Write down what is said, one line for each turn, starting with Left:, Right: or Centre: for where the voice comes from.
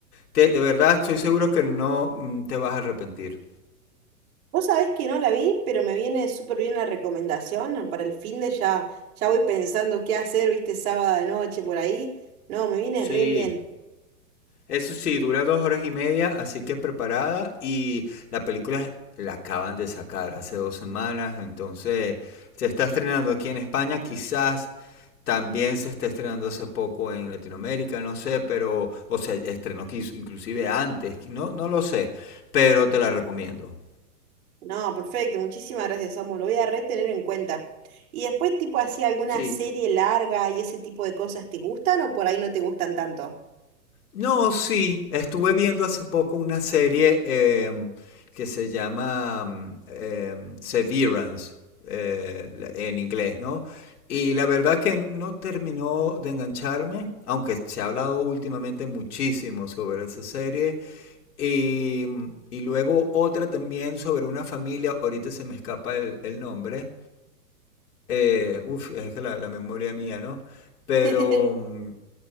Left: Te- de verdad, estoy seguro que no mm, te vas a arrepentir.
Right: Vos sabés que no la vi, pero me viene súper bien la recomendación. Para el fin de ya, ya voy pensando qué hacer, viste, sábado de noche por ahí. No, me viene
Left: Sí,
Right: re bien.
Left: eso sí, dura dos horas y media, así que preparada. Y la película la acaban de sacar hace dos semanas, entonces se está estrenando aquí en España, quizás también se está estrenando hace poco en Latinoamérica, no sé, pero, o sea, estrenó quiz- inclusive antes, no, no lo sé, pero te la recomiendo.
Right: No, perfecto, muchísimas gracias, Samu. Lo voy a re tener en cuenta. Y después, tipo así, alguna
Left: Sí,
Right: serie larga y ese tipo de cosas, ¿te gustan o por ahí no te gustan tanto?
Left: No, sí, estuve viendo hace poco una serie em, que se llama mm, em, Severance, eh, la- en inglés, ¿no? Y la verdad que no terminó de engancharme, aunque se ha hablado últimamente muchísimo sobre esa serie. Y, mm, y luego otra también sobre una familia, ahorita se me escapa el, el nombre. Eh, uf, es que la, la memoria mía, ¿no? Pero
Right: <laughs>
Left: mm,